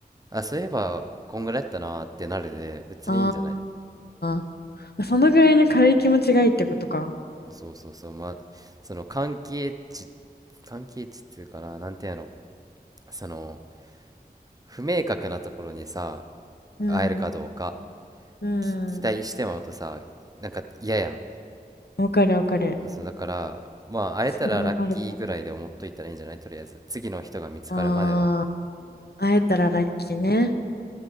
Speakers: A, on the right; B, on the left.
A: あそういえばこんぐらいやったなーってなるで別にいいんじゃない
B: あーまあ、そのぐらいの軽い気持ちがいいってことか。
A: そうそうそうまその関係値関係値っていうかななんてやろその不明確なところにさ
B: うん、
A: 会えるかどうか
B: うん。
A: き期待してまうとさなんか嫌やん
B: わかるわかる。
A: そうだからまあ会えたらラッキーぐらいで思っといたらいいんじゃないとりあえず次の人が見つかるまでは
B: それもあると思う。ああ、会えたらラッキーね。